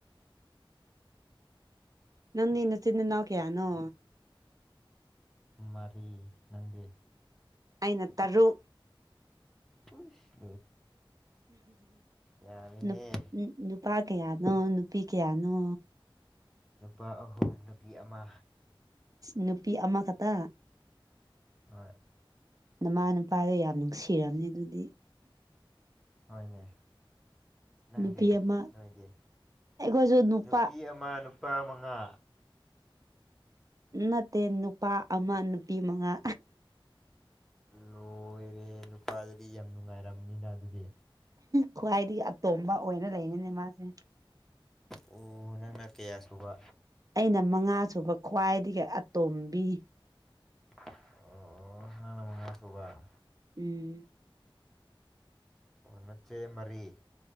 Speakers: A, on the right (about 40°); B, in the centre.
A: ꯅꯪꯅꯤꯅ ꯆꯤꯟꯅ ꯅꯅꯥꯎ ꯀꯦꯌꯥꯅꯣ
B: ꯃꯔꯤ ꯅꯪꯗꯦ
A: ꯑꯩꯅ ꯇꯔꯨꯛ
B: ꯍ ꯌꯥꯝꯃꯤꯍꯦ
A: ꯅꯨ ꯅꯨꯄꯥ ꯀ ꯌꯥꯗ ꯅ ꯅꯨꯄꯤ ꯀꯌꯥꯅꯣ
B: ꯅꯨꯄꯥ ꯑꯍꯨꯝ ꯅꯨꯄꯤ ꯑꯃ
A: ꯅꯨꯄꯤ ꯑꯃ ꯈꯛꯇ
B: ꯍꯣꯏ
A: ꯅꯃꯥ ꯅꯨꯄꯥꯗꯣ ꯌꯥꯝ ꯅꯨꯡꯁꯤꯔꯝꯅꯤ ꯑꯗꯨꯗꯤ
B: ꯍꯣꯏꯅꯦ
A: ꯅꯨꯄꯤ
B: ꯪꯗꯦ ꯅꯨꯡꯉꯥꯏꯗꯦ
A: ꯑꯃ ꯑꯩꯈꯣꯏꯁꯨ ꯅꯨꯄꯥ
B: ꯅꯨꯄꯤ ꯑꯃ ꯅꯨꯄꯥ ꯑꯃ ꯀꯥ
A: ꯅꯠꯇꯦ ꯅꯨꯄꯥ ꯑꯃ ꯅꯨꯄꯤ ꯃꯉꯥ
B: ꯂꯣꯏꯔꯦ ꯅꯨꯄꯥꯗꯗꯤ ꯌꯥꯝ ꯅꯨꯡꯉꯥꯏꯔꯝꯅꯤꯅ ꯑꯗꯨꯗꯤ
A: ꯈ꯭ꯋꯥꯏꯗꯒꯤ ꯑꯇꯣꯝꯕ ꯑꯣꯏꯅ ꯂꯩꯅꯤꯅꯦ ꯃꯥꯁꯦ
B: ꯑꯣ ꯅꯪꯅ ꯀꯌꯥ ꯁꯨꯕ
A: ꯑꯩꯅ ꯃꯉꯥꯁꯨꯨꯕ ꯈ꯭ꯋꯥꯏꯗꯒꯤ ꯑꯇꯣꯝꯕꯤ
B: ꯑꯣ ꯑꯗꯨꯒꯕ
A: ꯎꯝ
B: ꯑꯣꯅꯆꯦ ꯃꯔꯤ